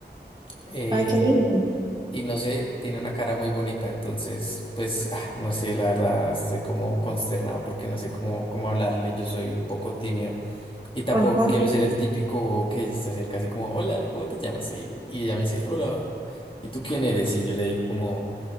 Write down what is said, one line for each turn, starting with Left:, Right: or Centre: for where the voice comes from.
Left: eh,
Right: Ay, qué lindo.
Left: y no sé, tiene una cara muy bonita, entonces, pues, ah, no sé, la verdad, estoy como consternado porque no sé cómo, cómo hablarle, yo soy un poco tímido y tampoco
Right: Ajá.
Left: quiero ser el típico que se acerca así como, hola, ¿cómo te llamas? Y, y ella me dice, hola, ¿y tú quién eres? Y yo le digo como,